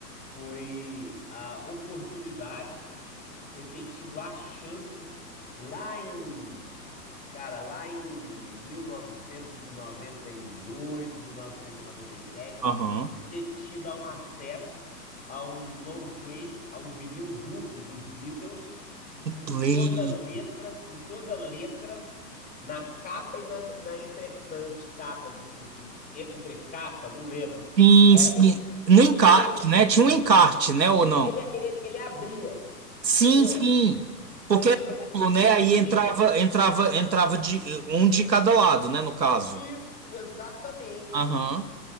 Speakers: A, on the left; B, on the right.
A: foi a oportunidade, foi ter tido a chance lá em Cara, lá em 1998, 1997,
B: Aham.
A: de ter tido um acesso a um long play, a um vinil duplo dos Beatles, com
B: play
A: toda letra, com toda letra, na capa e na, na, entre, na anticapa, do- no- entrecapa, não lembro.
B: Sim,
A: É,
B: sim. No encarte,
A: lembra,
B: né? Tinha um encarte, né? Ou não?
A: ele, ele, ele abria,
B: Sim,
A: entendeu?
B: sim. Porque
A: Você lembra
B: era duplo,
A: desse tipo
B: né? Aí
A: de vinil?
B: entrava, entrava, entrava de um de cada lado, né? No caso.
A: Isso, exatamente.
B: Aham,